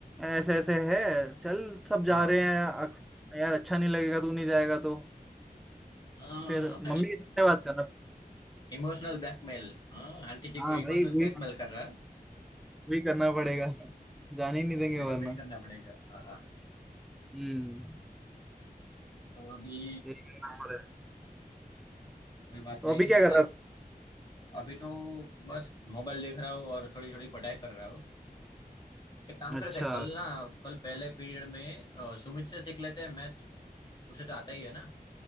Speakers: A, in the centre; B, on the left.
A: ऐसे ऐसे है चल सब जा
B: हाँ
A: रहे हैं अ- यार अच्छा नहीं लगेगा तू नहीं जाएगा तो
B: हाँ
A: फिर मम्मी के सामने बात करना
B: इमोशनल ब्लैकमेल हाँ आंटी जी
A: हाँ
B: को इमोशनल
A: भाई वही
B: ब्लैकमेल कर रहा है
A: वही करना पड़ेगा जाने ही नहीं
B: हाँ,
A: देंगे
B: अभी
A: वरना
B: तो वही करना पड़ेगा हाँ
A: हम्म
B: तो अभी
A: यही करना पड़ेगा
B: कोई बात
A: तो
B: नहीं
A: अभी क्या
B: एक
A: कर
B: काम
A: रहा
B: अभी तो बस मोबाइल देख रहा हूँ और थोड़ी थोड़ी पढ़ाई कर रहा हूँ एक काम
A: था
B: करते
A: अच्छा
B: हैं कल ना कल पहले पीरियड में अ, सुमित से सीख लेते हैं मैथ्स उसे तो आता ही है ना